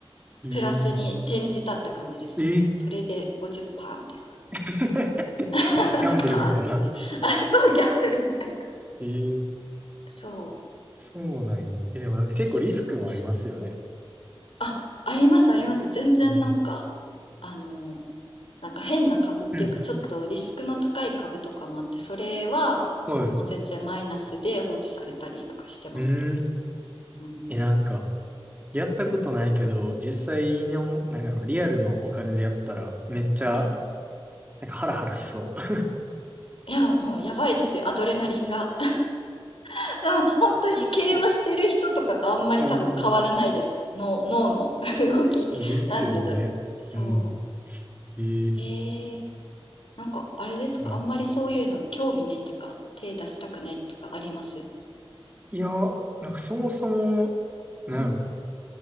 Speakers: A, on the right; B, on the left.
A: い。えー、
B: プラスに転じたって感じですね。
A: えー
B: それで50%みたいな。
A: <laughs> ちょっとギャンブルみたいな。
B: <laughs> パーンって言って。あ、そう、ギャンブルみたいな。
A: えー、
B: そ
A: そうなんや。え、でもなんか結構リスクもありますよね。
B: う、そうなんですよ。あ、ありますあります。全然なんか、
A: うん
B: あの、なんか変な株っていうか、
A: うん。
B: ちょっとリスクの高い株とかもあって、それはもう全然マイナスで放置されたりとかしてますね。
A: はい。うん。
B: うん。
A: え、なんか、やったことないけど、
B: うん
A: 実際の、なんやろう、リアルのお金でやったら、
B: う
A: めっちゃ、
B: ん
A: なんかハラハラしそう。
B: いや、もうやばいですよ、アドレナリンが。<laughs> うん本当に競馬してる人とかとあんまり多分変わらないです。
A: そうっすねうんうん。
B: 脳、脳の <laughs> 動き。
A: <laughs> ですよね。
B: なんて言うんだろう。そ
A: うん。ええ
B: う。へえ。なんかあれですか、
A: はい。
B: あんまりそういうの興味ないっていうか、手出したくないとかあります
A: いや、なんかそもそも、なんやろ、
B: うん、